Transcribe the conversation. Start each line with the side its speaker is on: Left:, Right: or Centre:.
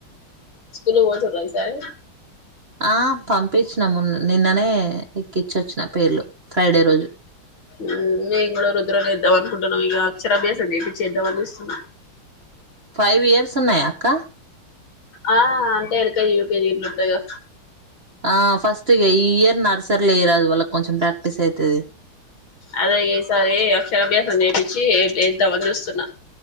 Left: స్కూలు పోతుంద్రా ఈ సారి
Right: ఆ పంపించిన మొన్న నిన్ననే ఎక్కించొచ్చిన పేర్లు ఫ్రైడే రోజు
Left: హు మేము కూడా రుద్రనేద్దాం అనుకుున్నాం. ఇగ అక్షర అభ్యాసం చేపిచేద్దాం అని చూస్తున్నా.
Right: ఫైవ్ ఇయర్స్ ఉన్నాయా అక్క
Left: ఆ అంటే ఎలుక <unintelligible> ఉంటయో
Right: ఆ ఫస్ట్ ఇగ ఈ ఇయర్ నర్సరీలోయ్యరాదు వాళ్ళకి కొంచెం ప్రాక్టీస్ అయితది.
Left: అదే ఇగ ఈ సారి అక్షరాభ్యాసం చేపించి ఏద్దామని చూస్తున్న